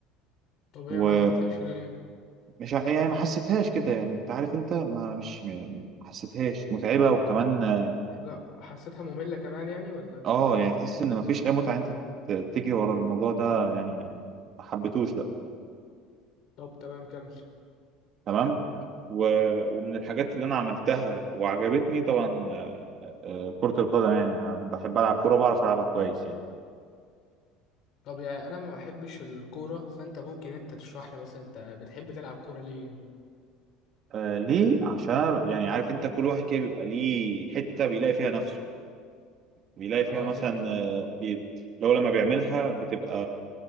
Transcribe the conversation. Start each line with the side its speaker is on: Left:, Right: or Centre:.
Left: طب هي
Right: و...
Left: ما عجبتكش ليه
Right: مش ع- يعني ما حسيتهاش كده يعني انت عارف انت ما مش ما حسيتهاش متعبة وكمان اه
Left: وك- حسيتها مملة كمان يعني ولا
Right: آه، يعني تحس ان ما فيش اي متعة انت ت- تجري ورا الموضوع ده يعني ما حبيتهوش لا
Left: طب تمام كمل
Right: تمام و... ومن الحاجات اللي انا عملتها وعجبتني طبعا آه، آه، كرة القدم يعني انا بحب العب كورة بعرف العبها كويس يعني
Left: طب يعني انا ما بحبش الكورة فانت ممكن انت تشرح لي مثلا انت بتحب تلعب كورة ليه يعني
Right: آه ليه عشان أنا يعني عارف انت كل واحد كده بيبقى ليه حتة بيلاقي فيها نفسه بيلاقي فيها
Left: اه
Right: مثلا
Left: فهمتك
Right: آه، بي... لو لما بيعملها بتبقى